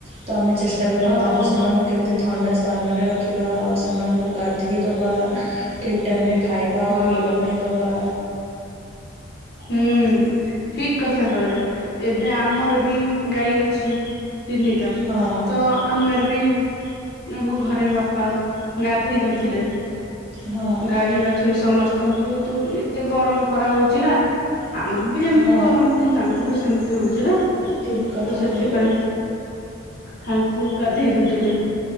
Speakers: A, on the right (about 30°); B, on the left (about 50°).
A: ତ ଆମେ ଚେଷ୍ଟା କରିବା
B: ଆଉ
A: ତାଙ୍କୁ ସେମାନ କେମ୍ତି ଥଣ୍ଡା ସ୍ଥାନରେ ରଖିବା ଆଉ ସେମାନଙ୍କୁ ଗାଧେଇ ଦବା ଠିକ୍ ଟାଇମ୍ ରେ ଖାଇବା ଆଉ
B: ହଁ
A: ପିଇବା ପାଇଁ ଦବା।
B: ହୁଁ ଠିକ୍ କଥା କହିଲ ଏବେ ଆମର ବି ଗାଈ ଅଛି। ତିନିଟା
A: ହଁ
B: ତ ଆମେର ବି ଆମ ଘରେ ବାପା ଗାଧେଇ ଦଉଥିଲେ।
A: ହଁ
B: ଗାଈ ବାଛୁରୀ ସମସ୍ତଙ୍କୁ ଯେହେତୁ ଏତେ ଗରମ୍ ଖରା ହଉଚି ନା ଆମକୁ ବି ଯେମିତି
A: ହଁ
B: ଗରମ୍ ହଉଚି ତାଙ୍କୁ ବି ସେମ୍ତି ହଉଚି ନା
A: ଠିକ୍ କଥା
B: ତ ସେଥିପାଇଁ
A: କହିଲ
B: ତାଙ୍କୁ ଗାଧେଇ ଦଉଥିଲେ।